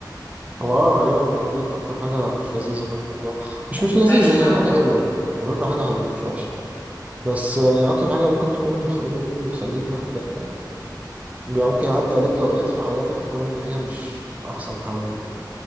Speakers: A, on the right; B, on the left.
A: هو اه غالبا يعني ديت اكتر حاجه مش لذيذه في الموضوع مش
B: أنت
A: مش لذيذه
B: مش عايش
A: هي
B: لوحدك
A: حاجه حلوه على فكره حاجه حلوه مش وحشه بس آه، يعني اكتر حاجه ممكن تكون خلينا نقول بتخليك محتاج يعني يعني ممكن يعدي عليك اوقات في حياتك تكون انت فيها مش احسن حاجه في الدنيا